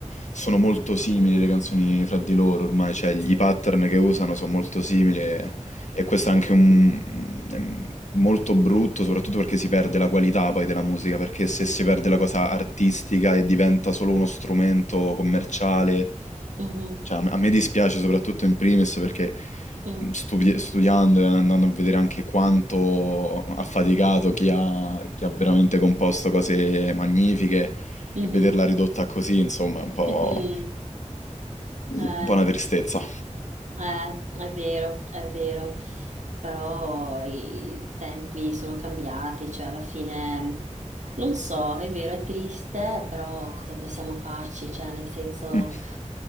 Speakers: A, on the left; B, on the right.
A: sono molto simili le canzoni fra di loro ormai, cioè gli
B: Sì,
A: pattern che usano sono molto simili. e- e questo
B: sì.
A: è anche un... è molto brutto, soprattutto perché si perde la qualità poi della musica, perché se si perde la cosa artistica e diventa solo uno strumento commerciale,
B: Mhm,
A: cioè a me a me dispiace soprattutto in primis perché
B: mm,
A: studi- studiando e andando a vedere anche quanto ha faticato chi ha, chi ha veramente composto cose magnifiche
B: mhm,
A: e vederla ridotta così, insomma, è un po',
B: mhm.
A: un
B: Eh.
A: po' una tristezza.
B: Eh, è vero, è vero, però i tempi sono cambiati, cioè alla fine non so, è vero, è triste, però cosa possiamo farci? Cioè, nel senso,
A: Mm,